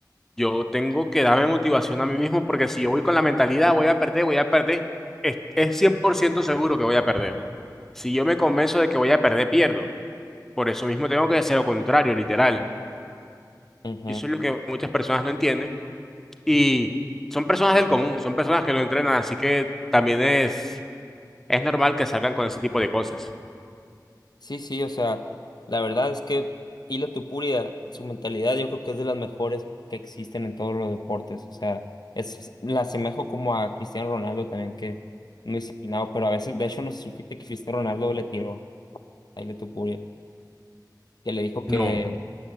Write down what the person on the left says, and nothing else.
ujú.
Sí, sí, o sea, la verdad es que Hila Tupuria, su mentalidad yo creo que es de las mejores que existen en todos los deportes. O sea, es, la asemejo como a Cristiano Ronaldo también, que muy disciplinado, pero a veces, de hecho, no se supiste que Cristiano Ronaldo le tiró a Hila Tupuria, que le dijo que